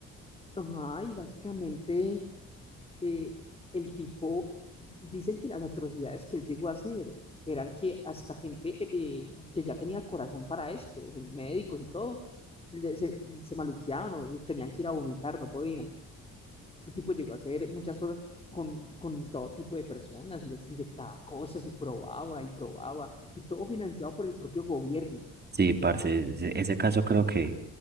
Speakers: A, on the left (about 20°); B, on the right (about 35°).
A: Ajá, y básicamente eh, el tipo, dicen que las atrocidades que él llegó a hacer eran que hasta gente eh, eh, que ya tenía corazón para esto, médicos y todo, le- se, se maluqueaban o tenían que ir a vomitar, no podían. Este tipo llegó a hacer muchas cosas con, con todo tipo de personas y les inyectaba cosas y probaba y probaba y todo financiado por el propio gobierno.
B: Sí, parce, ese, ese caso creo que